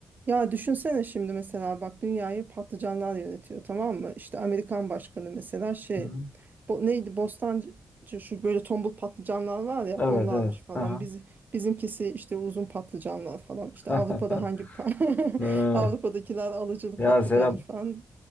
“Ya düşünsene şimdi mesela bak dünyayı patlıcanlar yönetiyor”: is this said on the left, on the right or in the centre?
Right